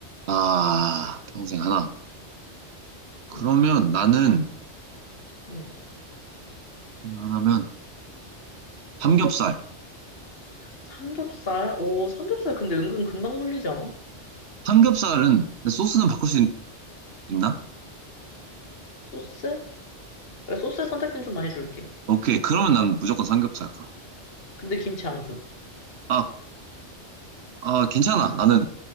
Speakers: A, on the right (about 65°); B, on the left (about 55°).
A: 아, 평생 하나. 그러면
B: 음.
A: 나는,
B: 음.
A: 그냥 하나면, 삼겹살.
B: 삼겹살? 오, 삼겹살 근데 은근 금방 물리지 않아?
A: 삼겹살은, 근데 소스는 바꿀 수 있, 나
B: 소스? 그래, 소스의 선택지는 좀 많이 줄게.
A: 오케이. 그러면 난 무조건 삼겹살 가.
B: 근데 김치 안 줘.
A: 아, 아, 괜찮아. 나는